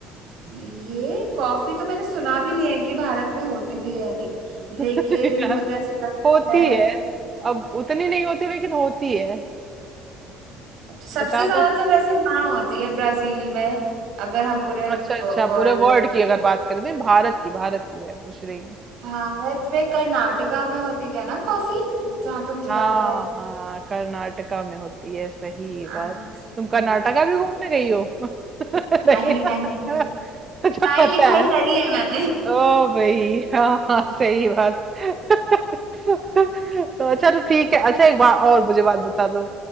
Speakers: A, on the right; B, on the right.
A: ये कॉफी तो मैंने सुना भी नहीं है कि भारत में होती भी है नहीं
B: <laughs>
A: लेकिन
B: यार
A: मुझे ऐसा लगता
B: होती
A: है
B: है अब उतनी नहीं होती लेकिन होती है
A: सबसे
B: बता
A: ज्यादा
B: दो
A: तो वैसे वहां होती है ब्राजील में अगर हम पूरे
B: अच्छा
A: वर्ल्ड
B: अच्छा पूरे वर्ल्ड
A: में
B: की अगर बात करें तो भारत की भारत की मैं पूछ रही हूँ
A: भारत में कर्नाटका में होती है ना कॉफी जहाँ तो मुझे
B: हाँ
A: याद है
B: हाँ कर्नाटका में होती है सही बात
A: अच्छा
B: तुम कर्नाटका भी घूमने गई हो <laughs> नहीं
A: नहीं
B: ना
A: नहीं पढ़ाई
B: अच्छा पता
A: लिखाई
B: है
A: करी है मैंने
B: ओ भाई हाँ हाँ सही बात <laughs> तो अच्छा तो
A: अच्छा
B: ठीक है अच्छा एक बात और मुझे बात बता दो